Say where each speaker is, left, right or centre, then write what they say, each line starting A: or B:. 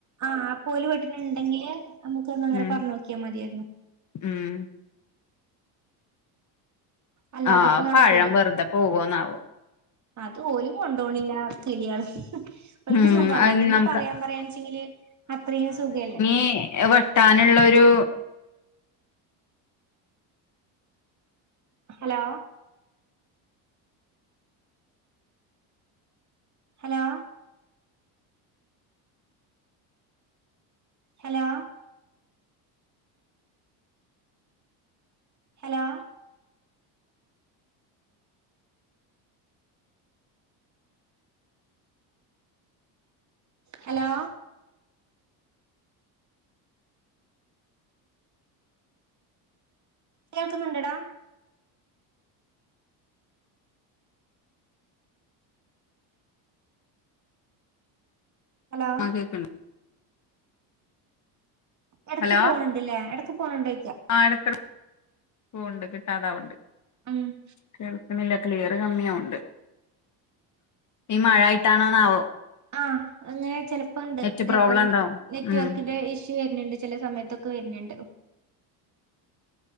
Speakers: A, on the right (about 40°); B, on the left (about 40°).
A: ആ ആ പോല വീട്ടിട്ടുണ്ടെങ്കില് നമുക്ക് ഒന്ന് അങ്ങനെ
B: ഉം
A: പറഞ്ഞ് നോക്കിയാൽ മതിയായിരുന്നു <inaudible>
B: ഉം
A: അല്ലാതെപ്പോ
B: ആഹ്
A: നടക്കൂല
B: പഴം വെറുതെ പോവോന്നാവോ
A: അത് ഓല് കൊണ്ടോണില്ല കിള്യാള് ഓൽക്ക്‌
B: ഉം
A: പ്പൊ വേണ്ടെങ്കി
B: അത് നമുക്ക്
A: പറയാൻ പറയാൻച്ചെങ്കില് അത്രയും സുഖല്ലേ.
B: ഏഹ് വെ ട്ടാനുള്ളൊരു
A: hello hello hello hello hello കേൾക്കുന്നുണ്ടോ ഡാ ഹലോ
B: ആഹ് കേക്ക്ണ്ട്
A: എടക്ക്
B: ഹലോ
A: പോണുണ്ട്ല്ലേ എടക്ക് പോണ് ണ്ടേ
B: ആഹ് എടക്കെടക്ക് പോവ്ണ്ട് കിട്ടാതാവ്ണ്ട്
A: ഉം
B: കേൾക്ക്ണില്ല ക്ലിയർ കമ്മിയാവ്ണ്ട് ഈ മഴയായിട്ടാണോന്നാവോ
A: ആഹ് അങ്ങനെ ചെലപ്പണ്ട്
B: നെറ്റ്
A: ഇതേ
B: പ്രോബ്ലം
A: പോലെ നെ
B: ഉണ്ടാവും
A: നെറ്റ്
B: ഉം
A: വർക്കിന്റെ ഇഷ് ഷു വെര്ന്ണ്ട് ചെല സമയത്തൊക്കെ വെര്ന്ണ്ട്.